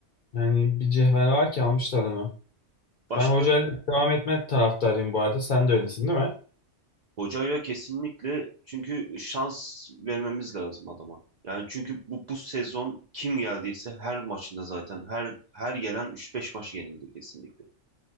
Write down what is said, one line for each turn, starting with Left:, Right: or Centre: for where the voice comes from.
Left: Yani bir cevher var ki almışlar onu.
Right: Başka
Left: Ben hocayla devam etme taraftarıyım bu arada. Sen de öylesin değil mi?
Right: hocayla kesinlikle çünkü şans vermemiz lazım adama. Yani çünkü bu, bu sezon kim geldiyse her maçında zaten her her gelen üç beş maç yenildi kesinlikle.